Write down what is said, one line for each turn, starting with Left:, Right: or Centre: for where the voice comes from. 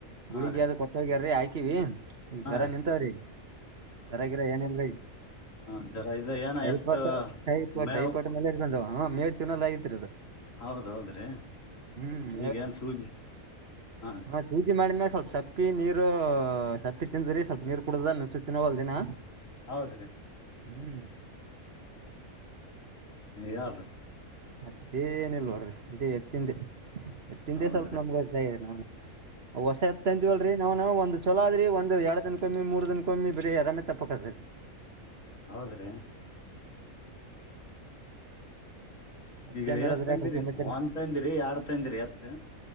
Right: ಗುಳಿಗ
Left: ಹಾ ರೀ
Right: ಯ್ದ ಕೊಟ್ಟ ಹೋಗ್ಯಾರರಿ ಆಯ್ಕಿವಿ ಈಗ
Left: ಹಾ
Right: ಜ್ವರ
Left: ರೀ
Right: ನಿಂತಾವ್ರೀ ಈಗ ಜ್ರಾಗಿರ ಏನ ಇಲ್ ಈಗ
Left: ಹ ಜರ ಇದ ಏನ
Right: ಹೈಪಾಟ್
Left: ಎತ್ತ
Right: ಪಾಟ್
Left: ಮೇವ್
Right: ಹೈಪಾಟ್ ಮೇಲೆ ಇರ್ ಬಂದವ ಹ ಮೇವ ಚನ್ನೋಲ್ ಆಗತಿರದು
Left: ಹೌದ್ ಹೌದ್ರಿ
Right: ಹ್ಮ್
Left: ಈಗೇನ್ ಸೂಜಿ ಹಾ ರೀ
Right: ಹ ತುಜ ಮಾಡ ನ <inaudible> ಸ್ವಲ್ಪ ಸಪ್ಪಿ ನೀರು ಸಪ್ಪಿ ತಿಂದ್ರಿ ಸ್ವಲ್ಪ ನೀರ್ ಕುಡುದನ್ನು ಸು ತಿನ್ನೋಗಲ್ ದಿನ
Left: ಹೌದ್ರೀ
Right: ಹ್ಮ್
Left: ಯಾರ ರೀ <inaudible>
Right: ಅತ್ತೇನ ಇಲ್ ನೋಡ್ರಿ ಇದೇ ಎತ್ತಿಂದೆ ಎತ್ತಿಂದೆ
Left: ಹೌದ್ರಿ
Right: ಸ್ವಲ್ಪ ನಮ್ಗ ಅಜ್ರಿ ನ ಹೊಸ ಎತ್ತ ಅಂತೀವಲ್ರಿ ನಾವ್ಾವವು ಒಂದು ಚಲ ಅ ಆದ್ರಿ ಒಂದು ಎರಡ್ ದನ ಕಮ್ಮಿ ಮೂರ್ ದಿನ ಕಮ್ಮಿ ಬರೀ ಆರಾಮೇ ತಪ್ಪ ಕ
Left: ಹೌದ್ರೀ
Right: ಮತ್ತೇನ್
Left: ಈಗ
Right: ನಡದ್ರಿ
Left: ಎಷ್ಟ ತಂದಿರಿ
Right: ಯಾಕ್ರಿ ಸಮಾಚಾರ
Left: ಒಂದ್ ತಂದಿರಿ ಎರಡ್ ತಂದಿರಿ ಎತ್